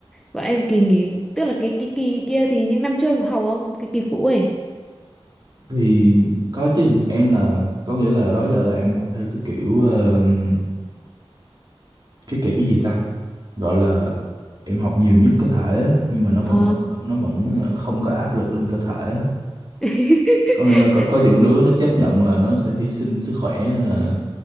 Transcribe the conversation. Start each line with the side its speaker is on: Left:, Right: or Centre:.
Centre: Và em kỳ nghỉ, tức là cái cái kỳ kia thì những năm trước em có học không? Cái kỳ phụ ấy.
Right: thì có chứ em là có nghĩa là đó giờ là em học theo cái kiểu ờm, cái kiểu gì ta gọi là em học nhiều nhất có thể á nhưng mà nó vẫn
Centre: À.
Right: nó vẫn ờ, không có áp lực lên cơ thể á
Centre: <laughs>
Right: có nghĩa là có có những đứa nó chấp nhận là nó sẽ hy sinh sức khỏe hay là